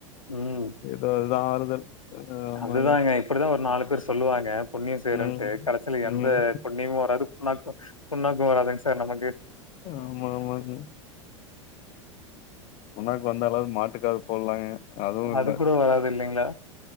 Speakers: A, on the left; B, on the left.
A: ம்
B: ஏதோ இதுதா ஆறுதல் அஹ் ஆமாங்க
A: அதுதாங்க இப்டிதா ஒரு நாலு பேர் சொல்லுவாங்க புண்ணியோ சேய்ரன்ட்டு
B: ம்
A: கடசில எந்த
B: ம்
A: புண்ணியமு வராது னாக்கு புன்னாக்கு வராதுங்க சார் நமக்கு
B: ஆமா ஆமாங்க புண்ணாக்கு வந்தாலாவது மாட்டுக்காது போடலாங்க அதுவு இல்ல
A: அது கூட வராது இல்லைங்களா